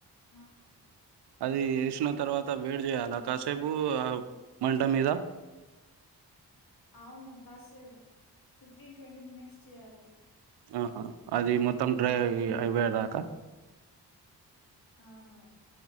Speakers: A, on the left; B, on the right.
A: అవును
B: అది వేసిన తర్వాత వేడీ చేయాలి కాసేపు ఆ మంట మీద
A: అవును కాసేపు ఫిఫ్టీన్ ట్వంటీ మినిట్స్ చేయాలి
B: ఆహా అది మొత్తం డ్రై అయి అవే దాకా
A: అవును